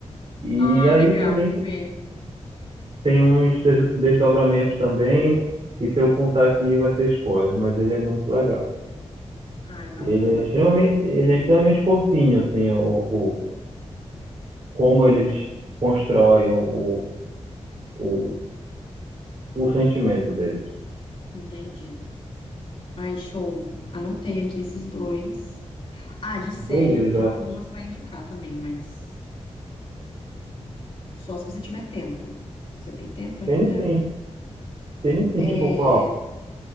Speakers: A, on the right (about 55°); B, on the left (about 50°).
A: E
B: Ah,
A: aí
B: legal,
A: também
B: vou
A: tem,
B: ver.
A: tem uns des- desdobramentos também, que se eu contar aqui vai ser spoiler, mas ele é muito legal.
B: Ah, é bacana.
A: Ele é extremamente, ele é extremamente fofinho, assim, o, o, como eles constroem o, o, o o sentimento deles.
B: Entendi. Ai, show. Anotei aqui esses dois. Ah, de série
A: Beleza.
B: eu tenho algumas pra indicar também, mas só se você tiver tempo. Você tem tempo ainda?
A: Tem sim, tem sim,
B: É...
A: tipo qual?